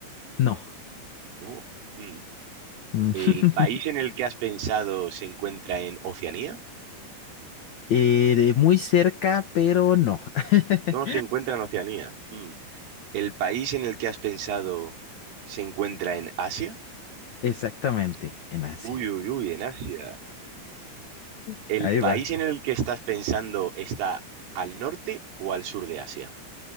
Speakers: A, on the left (about 80°); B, on the right (about 85°).
A: No.
B: No. Mm.
A: Mm.
B: ¿El
A: <laughs>
B: país en el que has pensado se encuentra en Oceanía?
A: Eh, de muy cerca, pero no. <laughs>
B: No se encuentra en Oceanía. Mm. ¿El país en el que has pensado se encuentra en Asia?
A: Exactamente, en Asia.
B: Uy, uy, uy, en Asia.
A: <laughs>
B: ¿El
A: Ahí
B: país
A: vas.
B: en el que estás pensando está al norte o al sur de Asia?